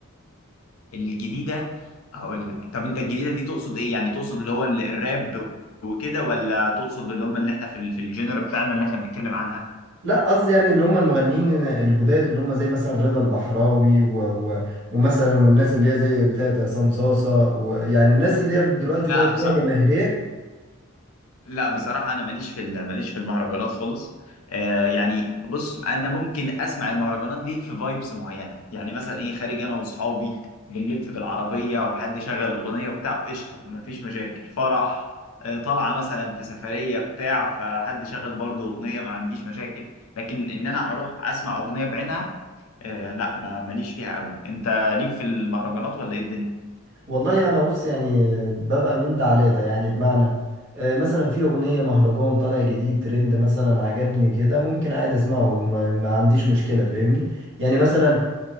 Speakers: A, on the left; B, on the right.
A: الجديدة هقول لك طب انت الجديدة دي تقصد ايه يعني تقصد اللي هو ال- الراب وكده ولا تقصد اللي هم اللي احنا في ال- في الجنر بتاعنا اللي احنا بنتكلم عنها
B: لا قصدي يعني اللي هم المغنيين الجداد اللي هم زي مثلا رضا البحراوي و... و... ومثلا والناس اللي هي زي بتاعت عصام صاصه ويعني الناس اللي هي دلوقتي
A: لا
B: بقت ليها جماهيريه
A: لا بصراحة أنا ماليش في ال- ماليش في المهرجانات خالص آه يعني بص أنا ممكن أسمع المهرجانات دي في فايبس معينة يعني مثلا إيه خارج أنا وأصحابي بنلف بالعربية وحد شغل أغنية وبتاع قشطة مفيش مشاكل فرح آه طالعة مثلا في سفرية بتاع فحد شغل برضه أغنية ما عنديش مشاكل لكن إن أنا أروح أسمع أغنية بعينها آه لا ما- ماليش فيها قوي أنت ليك في المهرجانات ولا إيه الدنيا؟
B: والله انا بص يعني آه، ببقى من ده على ده يعني بمعنى آه، مثلا في اغنيه مهرجان طالع جديد ترند مثلا عجبني كده ممكن عادي اسمعه ما, ما عنديش مشكله فاهمني يعني مثلا